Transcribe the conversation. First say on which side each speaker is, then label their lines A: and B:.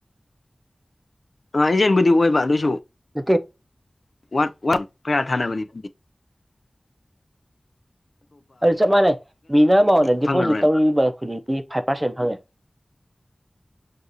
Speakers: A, on the left; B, on the right.
A: ꯑ ꯏꯖꯦꯟꯕꯨꯗꯤ ꯑꯣꯏꯕ ꯑꯗꯨꯏꯁꯨ
B: ꯅꯠꯇꯦ
A: ꯋꯥ ꯋꯥꯟ ꯀꯌꯥ ꯊꯅꯕꯅꯤ
B: ꯑꯗꯨ ꯆꯞ ꯃꯥꯟꯅꯩ ꯃꯤꯅ ꯑꯃꯗ ꯗꯤꯄꯣꯖꯤꯠ
A: ꯐꯪꯉꯔꯣꯏꯕ
B: ꯇꯧꯔꯤꯕ ꯈꯨꯗꯤꯡ ꯑꯩ ꯐꯥꯏꯚ ꯄꯥꯔꯁꯦꯟ ꯐꯪꯉꯦ